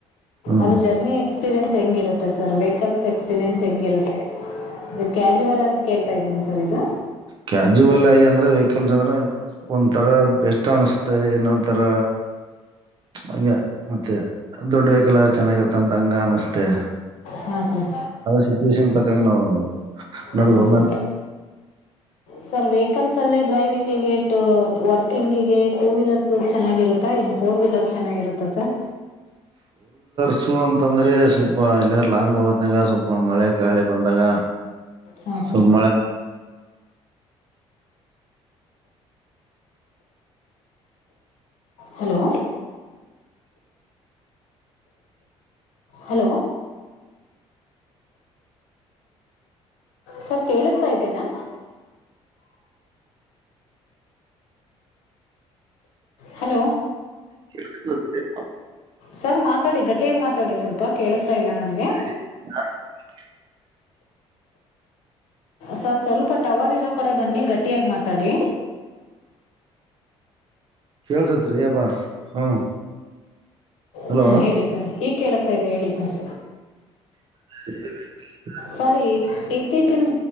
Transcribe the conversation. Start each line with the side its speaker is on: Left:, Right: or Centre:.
Right: ಹ್ಮ್
Left: ಅದು ಜರ್ನಿ ಎಕ್ಸ್ಪೀರಿಯನ್ಸ್ ತಂಗಿರ ಇತ್ತೆ ಸರ್ ವೆಹಿಕಲ್ಸ್ ಎಕ್ಸ್ಪೀರಿಯನ್ಸ್ ಹೆೇಂಗಿರುತ್ತೆ ಇದು ಕ್ಯಾಜುವಲ್ ಆಗಿ ಕೇಳ್ತಾ ಇದ್ದೀನಿ ಸರ್ ಇದು
Right: ಕ್ಯಜುವಲ್ ಆಗಿ ಅಂದ್ರ ವೆಹಿಕಲ್ಸ್ ಅಂದ್ರ ಒಂದ ತರ ಬೆಸ್ಟ್ ಅನಸ್ತತೆ ಇನ್ನೊಂದ ತರ ಹಂಗ ಮತ್ತೆ ದೊಡ್ ವೆಹಿಕಲ್ ಆದ್ರೆ ಚೆನ್ನಾಗಿರ್ತ ಅಂತ ಹಂಗ ಅನಸ್ತೆೆ
Left: ಹಾಂ ಸರ್
Right: ಸಿಚುಷವೇಷನ ಎ ನ ನಡಗ
Left: ಹಾಂ
Right: ಒಂದ
Left: ಸರ್ ಸರ್ ವೆಹಿಕಲ್ಸ ಅಲ್ಲಿ ಡ್ರೈವಿಂಗಿಗೆ ಟೂ ವರ್ಕಿಂಗಿಗೆ ಟೂ ವೀಲರ್ಸ್ ಚೆನ್ನಾಗಿರುತ್ತಾ ಇ ಫೋರ್ ವೀಲರ್ ಚೆನ್ನಾಗಿರುತ್ತಾ ಸರ್
Right: ಸು ಅಂತಂದ್ರೆ ಸ್ವಲ್ಪ ಇಲ್ಲ ಲಾಂಗ್ ಹೋದ್ನಾಗ ಸ್ವಲ್ಪ ಮಳೆ ಗಾಳಿ ಬಂದಾಗ
Left: ಹಾಂ ಸರ್
Right: ಸ್ವಲ್ಪ ಮಳೆ
Left: ಹಲೋ ಹಲೋ ಸರ್ ಕೇಳಸ್ತಾ ಇದ್ದೇನಾ ಹಲೋ
Right: ಹ
Left: ಸರ್ ಮಾತಾಡಿ ಗಟ್ಟಿಯಾಗಿ ಮಾತಾಡಿ ಸ್ವಲ್ಪ ಕೇಳಸ್ತಾ ಇಲ್ಲ ನನಗೆ
Right: ಹ
Left: ಸರ್ ಸ್ವಲ್ಪ ಟವರ್ ಇರೋ ಕಡೆ ಬನ್ನಿ ಗಟ್ಟಿಯಾಗಿ ಮಾತಾಡಿ
Right: ಕೇಳ್ಸತ್ರಿ ಅಬಾ ಹ್ಮ್ ಹಲೋ
Left: ಹ್ಮ ಹೇಳಿ ಸರಿ ಈಗ ಕೇಳಸ್ತಾ ಇದೆ ಹೇಳಿ ಸರ್
Right: ಸ <inaudible>
Left: ಸರ್ ಇತ್- ಇತ್ತೀಚಿನ